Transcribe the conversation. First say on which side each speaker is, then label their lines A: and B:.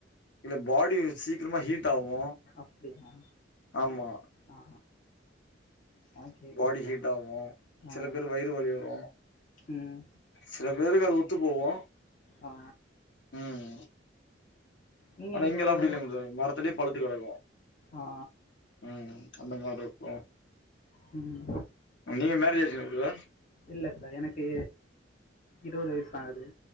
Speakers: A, on the left (about 70°); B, on the left (about 40°).
A: இல்ல பாடி சீக்கிரமா ஹீட் ஆகு
B: அப்டியா
A: ஆமா
B: ஆ ஆ கேட்டே
A: பாடி ஹீட் ஆகு சில
B: ஆ
A: பேர் வயிறு வலி வரு
B: ம்
A: சில பேருக்கு அது ஒத்து போவு
B: ஆ
A: ம்
B: நீங்க
A: ஆனா
B: அன்னைக்குவே
A: இங்கெல்லா அப்டி இல்லைங்க பிரதர் மரத்துலயே பழுத்து கெடக்கு
B: ஆ
A: ம் அந்த மாரி இருக்கு
B: ம்
A: அ நீங்க மேரேஜ் ஆய்ர்ச்சுங்ளா உங்களுக்கு
B: இல்ல இப்ப எனக்கு இருவது வயசுதா ஆகுது